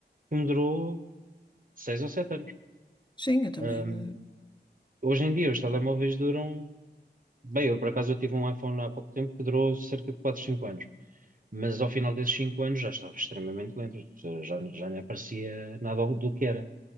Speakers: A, on the right (about 50°); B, on the left (about 25°).
A: que me durou seis ou sete anos.
B: sim, eu também,
A: Ahm,
B: eh,
A: hoje em dia os telemóveis duram Bem, eu por acaso eu tive um iPhone há pouco tempo que durou cerca de quatro cinco anos, mas ao final desses 5 anos já estava extremamente lento, já, já já nem aparecia nada do que era.